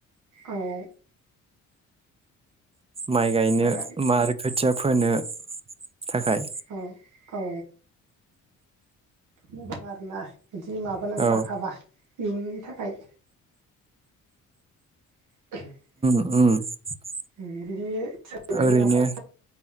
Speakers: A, on the right; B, on the right.
A: औ
B: माइ गायनो
A: मोजां
B: मा आरो खोथिया फोनो थाखाय
A: औ औ मोजां आरोना। बिदि माबानानै
B: औ
A: लाखाबा इयुननि थाखाय <inaudible>
B: उ
A: उ बिदि सोलोंनानै
B: ओरैनो
A: लाखाबाय